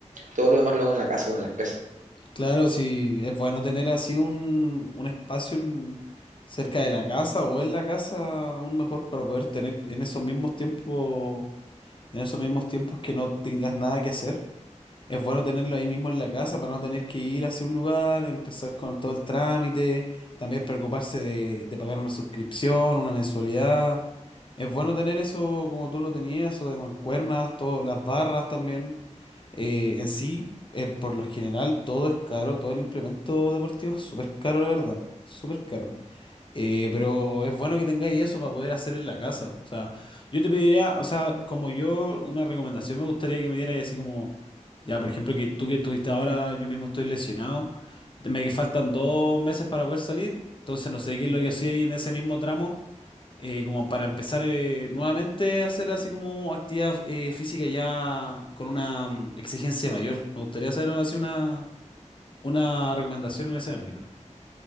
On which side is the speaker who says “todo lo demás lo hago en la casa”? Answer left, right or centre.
Right